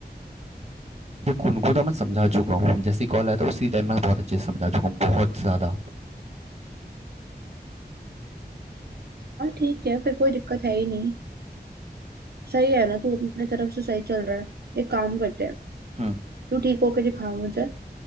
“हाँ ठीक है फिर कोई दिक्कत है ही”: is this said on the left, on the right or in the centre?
Right